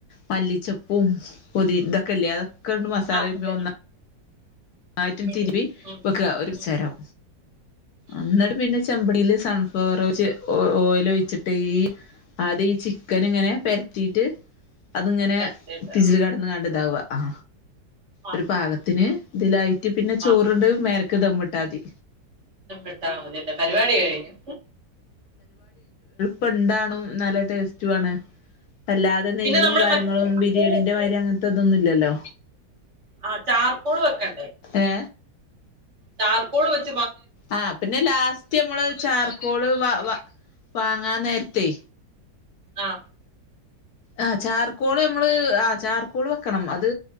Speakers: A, on the left (about 65°); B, on the right (about 45°).
A: മല്ലിച്ചപ്പും പുതി ഇന്തക്കല്ലതൊക്ക
B: ഉം.
A: മസാല
B: ആ അതെ
A: ഒന്ന ആറ്റിൽ
B: ചെയ്തു
A: തിരുപ്പി
B: ഉം
A: വെക്കുക ഒരുച്ചരം
B: ഉം ഉം
A: എന്നിട്ട് പിന്നെ ചെമ്പടിയില് സൺഫ്ലവർ ഓയിൽ ഒഴിച്ചിട്ട് ഈ അത് ഈ ചിക്കൻ ഇങ്ങനെ പര്ത്തീട്ട് അത്ങ്ങനെ
B: തട്ടിയിട്ട്
A: തിജിൽകാട്ന്ന് കണ്ട് ദാവ ആ
B: ആ ആ
A: ഒരു പാകത്തിന്
B: ആ
A: ഇതിലായിട്ട് പിന്നെ
B: ആ
A: ചോറിട് മ ഇറക്ക് ദമ്മട്ടാതി
B: എട്ടാമതില്ലെ പരിപാടി കഴഞ്ഞു
A: പെണ്ടണും നല്ല ടേസ്റ്റു ആണ് അല്ലാതെ നെയ്യും
B: പിന്നെ നമ്മള്
A: കാര്യങ്ങളും
B: മറ്റേ ചാർക്കോൾ
A: ബിരിയാണിന്റെ
B: വെച്ച്
A: മാരി അങ്ങനത്തെ ഇതൊന്നു ല്ലല്ലോ
B: ആ ചാർ കോൾ വെക്കണ്ടേ?
A: ഏ
B: ചാർകോൾ <inaudible>
A: ആ പിന്നെ ലാസ്റ്റ് നമ്മള് ചാർക്കോള് വ വാങ്ങാ നേരത്തെ,
B: ആ
A: ആ ചാർക്കോള് നമ്മള് ആ ചാർക്കോള് വെക്കണം. അത്